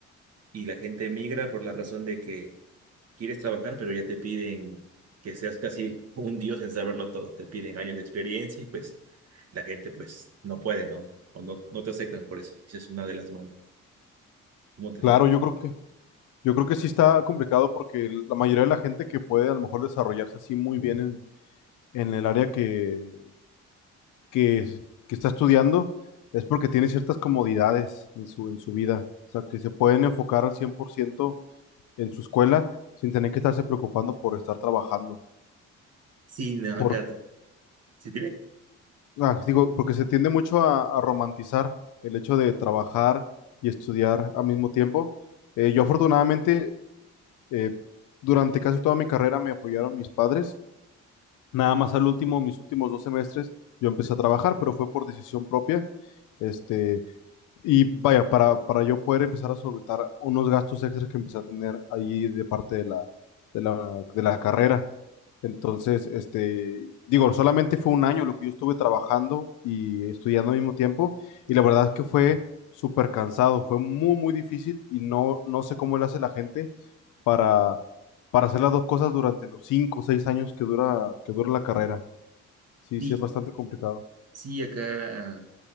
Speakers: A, on the right; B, on the left.
A: y la gente emigra por la razón de que quieres trabajar, pero ya te piden que seas casi <laughs> un dios en saberlo todo. Te piden años de experiencia y pues la gente pues no puede, ¿no? O no, no te aceptan por eso. Esa es una de las malas, como te
B: claro,
A: digo.
B: yo creo que, yo creo que sí está complicado porque la mayoría de la gente que puede a lo mejor desarrollarse así muy bien en en el área que, que, que está estudiando es porque tiene ciertas comodidades en su, en su vida. O sea, que se pueden enfocar al 100% en su escuela sin tener que estarse preocupando por estar trabajando.
A: Sí, no, acá,
B: Por,
A: t- si te ve,
B: ah, digo, porque se tiende mucho a, a romantizar el hecho de trabajar y estudiar al mismo tiempo. Eh, yo afortunadamente, eh, durante casi toda mi carrera me apoyaron mis padres. Nada más al último, mis últimos dos semestres, yo empecé a trabajar, pero fue por decisión propia. Este, Y vaya, para, para yo poder empezar a solventar unos gastos extras que empecé a tener ahí de parte de la, de la, de la carrera. Entonces, este, digo, solamente fue un año lo que yo estuve trabajando y estudiando al mismo tiempo. Y la verdad es que fue súper cansado, fue muy, muy difícil y no, no sé cómo le hace la gente para, para hacer las dos cosas durante los cinco o seis años que dura, que dura la carrera. Sí,
A: sí,
B: sí, es bastante complicado.
A: sí, acá,